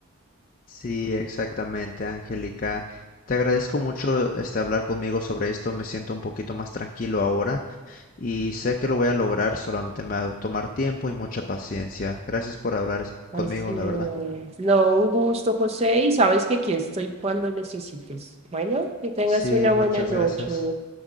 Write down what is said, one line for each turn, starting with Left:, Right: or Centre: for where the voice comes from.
Left: Sí, exactamente, Angélica. Te agradezco mucho, este, hablar conmigo sobre esto, me siento un poquito más tranquilo ahora. y sé que lo voy a lograr, solamente me va a tomar tiempo y mucha paciencia. Gracias por hablar es- conmigo,
Right: Así
Left: la
Right: es.
Left: verdad.
Right: No, un gusto, José, y sabes que aquí estoy cuando necesites. Bueno, que tengas
Left: Sí,
Right: una
Left: muchas
Right: buena noche.
Left: gracias.